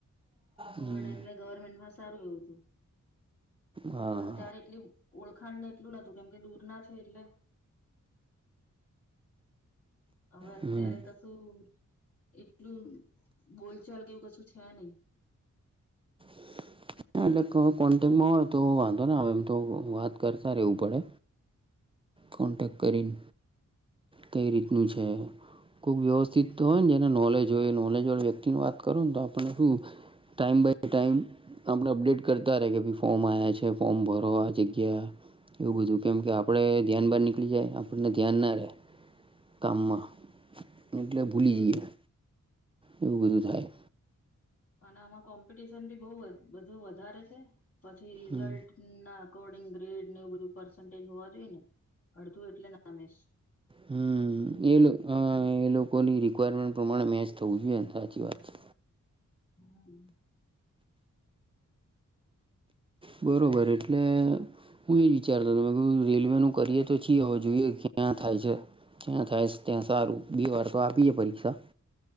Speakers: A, on the left (about 45°); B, on the right (about 20°).
A: પણ
B: હમ
A: એમને ગવર્મેન્ટમાં સારું એવું તું.
B: હા
A: પણ ત્યારે એટલી ઓળખાણ ને એટલું નતું કેમ કે દૂર ના છે એટલે હવે અત્યારે
B: હમ
A: તો શું એટલું બોલચાલ કેવું કશું છે નઈ.
B: <inaudible> ના એટલે કો કોન્ટેકમાં હોય તો વાંધો ને આવે એમ તો વાત કરતા રેવું પડે કોન્ટેક્ટ કરીન કઈ રીતનું છે કોઈ વ્યવસ્થિત
A: હમ
B: તો હોય ને જેને નોલેજ જો એ નોલેજવાળા વ્યક્તિની વાત કરુ ને તો આપને શું ટાઈમ બાય ટાઈમ આપડે અપડેટ કરતા રે કે ભાઈ ફોમ આવ્યા છે ફોમ ભરો આ જગ્યા એવું બધું કેમ
A: હમ
B: કે આપડે ધ્યાન બાર નીકળી જાય આપણને ધ્યાન ના રે. કામમાં એટલે ભૂલી
A: હમ
B: જઈએ. એવું બધું થાય.
A: અને આમાં કોમ્પિટિશન બી બઉ બધું વધારે છે પછી રિઝલ્ટ
B: હમ
A: ના અકોર્ડિંગ ગ્રેડ ને એવું બધું પર્સન્ટેજ હોવા જોઈએ ને અડધું એટલે નામે
B: હમ.. એલું હ એલુ કોઈની રિક્વાયરમેન્ટ પ્રમાણે મેચ થવું જોઈએ ને સાચી વાત છે.
A: <inaudible>
B: બરોબર એટલે હું એ વિચારતો ત મે રેલવે નું કરીએ તો છીએ હોવે જોઈએ ક્યાં થાય છે. ત્યાં થાય સે ત્યાં સારું બે વાર તો આપી એ છે પરીક્ષા